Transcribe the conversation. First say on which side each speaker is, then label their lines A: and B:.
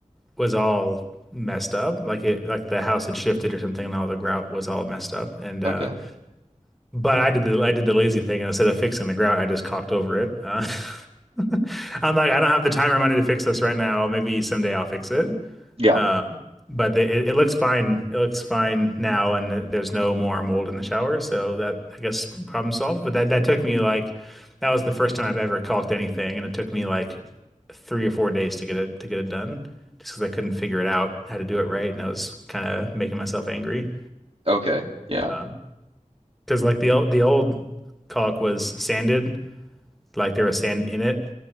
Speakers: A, in the centre; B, on the right (about 50°).
A: was all messed up. Like it like the house had shifted or something and all the grout was all messed up. And
B: Okay.
A: uh but I did the I did the lazy thing and instead of fixing the grout, I just caulked over it. Uh, <laughs> I'm like, I don't have the time or money to fix this right now. Maybe someday I'll fix it.
B: Yeah.
A: Uh, but the, it, it looks fine. It looks fine now, and th- there's no more mold in the shower, so that I guess problem solved. But that that took me like that was the first time I've ever caulked anything, and it took me like three or four days to get it to get it done, just because I couldn't figure it out how to do it right, and I was kind of making myself angry.
B: Okay. Yeah.
A: Um 'cause because like the old the old caulk was sanded, like they were sand in it.